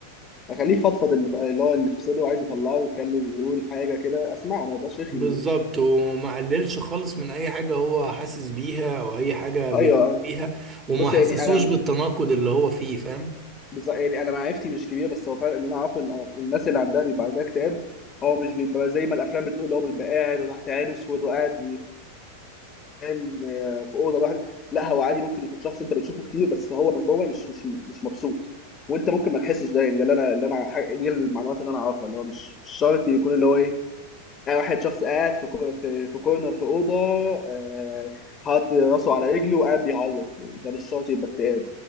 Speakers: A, on the left; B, on the right.
A: اخليه يفضفض اللي اللي هو اللي في صدره وعايز يطلعه يتكلم يقول حاجه كده اسمعه ما يبقاش رخم
B: بالظبط
A: يعني
B: وما قللش خالص من اي حاجة هو حاسس بيها او اي حاجة بيعمل
A: ايوه آه.
B: بيها وما
A: بص
B: حسسوش
A: يعني انا
B: بالتناقض اللي هو فيه فاهم
A: بز... يعني انا معرفتي مش كبيره بس هو فعلا اللي انا اعرفه ان آه، الناس اللي عندها بيبقى عندها اكتئاب هو مش بيبقى زي ما الافلام بتقول اللي هو بيبقى قاعد وتحت عينه اسود وقاعد فاهم آه، في اوضه لوحده لا هو عادي ممكن يكون شخص انت بتشوفه كتير بس هو من جوه مش مش مش مبسوط وانت ممكن ما تحسش ده يعني ده اللي انا اللي انا ح- دي المعلومات اللي انا اعرفها اللي هو مش مش شرط يكون اللي هو ايه آه، واحد شخص قاعد في كو- في في كورنر في اوضه آه، حاطط راسه على رجله وقاعد بيعيط يعني ده مش شرط يبقى اكتئاب